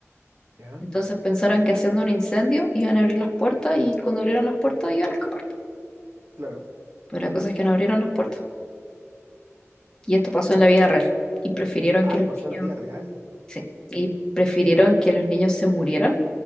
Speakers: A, on the right (about 65°); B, on the left (about 15°).
A: ¿Ya?
B: Entonces pensaron que haciendo un incendio iban a abrir las puertas y cuando abrieron las puertas iban a escapar. po.
A: Claro.
B: Pero la cosa es que no abrieron las puertas. Y esto pasó en la vida real. Y prefirieron
A: Ay,
B: que los
A: pasó
B: niños
A: a la vida real.
B: Sí, y prefirieron que los niños se murieran